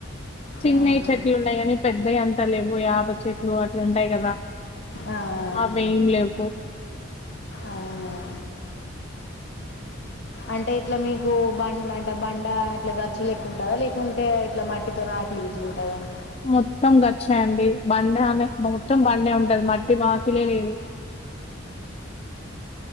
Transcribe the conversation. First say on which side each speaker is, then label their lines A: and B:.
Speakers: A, on the left (about 30°); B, on the left (about 55°).
A: చిన్నవి
B: అవును.
A: చెట్లు ఉన్నాయి కాని పెద్దవి అంత లేవు యాప చెట్లు అట్లుంటాయి కదా
B: ఆ,
A: అవి ఏం లేవు
B: అవునవును అంటే ఇట్లా మీకు బండ అంటే బండ ఇట్లా గచ్చు లెక్క ఉంటుందా లేకుంటే ఇట్లా మట్టితో ఆకలి ఇట్లా ఉంటుందా అవును
A: మొత్తం గచ్చాయండి బండే అనే మొత్తం బండే ఉంటది మట్టి వాకిలే లేవు